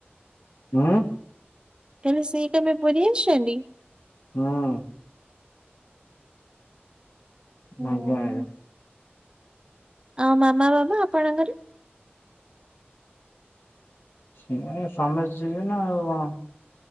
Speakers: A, on the left; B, on the right.
A: ହୁଁ।
B: ତାନେ ସେଇ ତମେ ପୁରୀ ଆସିଛନ୍ତି?
A: ହଁ।
B: ହୁଁ।
A: ନଗୁଆ ହେରିକା।
B: ଆଉ ମାମା ବାବା ଆପଣଙ୍କର?
A: ସେମାନେ ସମସ୍ତେ ଯିବେ ନା ଆଉ କଣ।